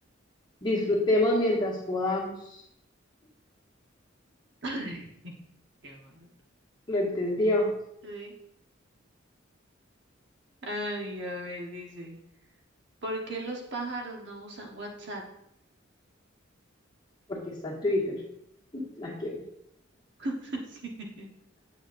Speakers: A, on the left (about 25°); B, on the right (about 60°).
A: Disfrutemos mientras podamos.
B: <laughs> qué mal.
A: Lo entendió,
B: Sí. Ay, a ver, dice, ¿por qué los pájaros no usan WhatsApp?
A: porque está Twitter. Aquí.
B: <laughs>